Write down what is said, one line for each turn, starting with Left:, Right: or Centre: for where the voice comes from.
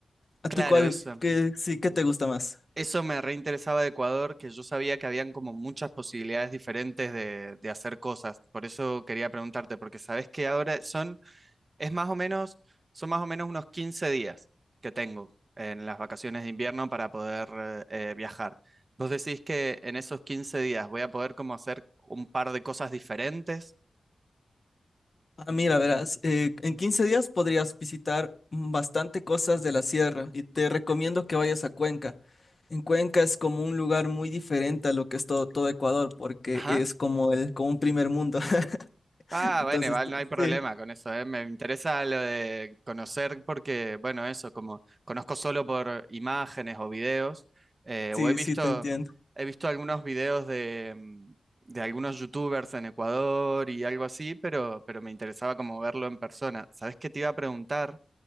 Left: ¿A
Right: claro,
Left: ti cuál,
Right: eso.
Left: qué, sí, qué te gusta más?
Right: Eso me reinteresaba de Ecuador, que yo sabía que habían como muchas posibilidades diferentes de, de hacer cosas. Por eso quería preguntarte, porque sabes que ahora son, es más o menos, son más o menos unos 15 días que tengo en las vacaciones de invierno para poder eh, eh, viajar. ¿Vos decís que en esos 15 días voy a poder como hacer un par de cosas diferentes?
Left: Ah, mira, verás, eh, en 15 días podrías visitar mm, bastante cosas de la sierra y te recomiendo que vayas a Cuenca. En Cuenca es como un lugar muy diferente a lo que es todo, todo Ecuador, porque
Right: Ajá.
Left: es como el, como un primer mundo. <laughs>
Right: Ah,
Left: Entonces,
Right: bueno, igual no hay problema
Left: sí,
Right: con eso, ¿eh? Me interesa lo de conocer porque, bueno, eso, como conozco solo por imágenes o videos, eh,
Left: sí,
Right: o he visto,
Left: sí, te entiendo.
Right: he visto algunos videos de, mm, de algunos youtubers en Ecuador y algo así, pero, pero me interesaba como verlo en persona. ¿Sabes qué te iba a preguntar?